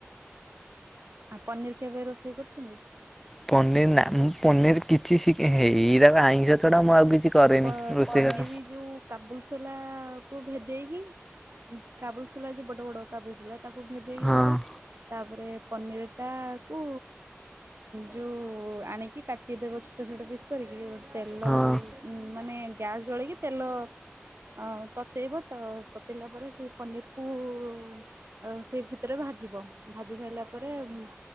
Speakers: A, on the right; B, in the centre.
A: ଆଉ ପନିର କେବେ ରୋଷେଇ କରିଛନ୍ତି?
B: ପନିର ନା ମୁଁ ପନିର କିଛି ହେଇ ଆଇଁଷ ଛଡା ମୁଁ ଆଉ କିଛି କରେନି।
A: ପ
B: ରୋଷେଇ
A: ପନିର
B: ବାସ।
A: ଯୋଉ କାବୁଲସୋଲାକୁ ଭେଦେଇକି କାବୁଲସୋଲା ଯୋଉ ବଡ଼ ବଡ଼ କାବୁଲସୋଲାଟାକୁ ଭେଦେଇକି
B: ହଁ
A: ରହିବ ତାପରେ ପନିରଟାକୁ ଯୋଉ ଆଣିକି କାଟିଦେବ ଛୋଟ ଛୋଟ ପିସ୍ କରିକି ଗୋଟେ ତେଲ
B: ହଁ
A: ମାନେ ଗ୍ୟାସ୍ ଜଳେଇକି ତେଲ ଆଉ ତତେଇବ ତ ତତେଇଲା ପରେ ସେଇ ପନିରକୁ ଉଁ ଆଉ ସେଇ ଭିତେରେ ଭାଜିବ ଭାଜି ସାଇଲା ପରେ ଉଁ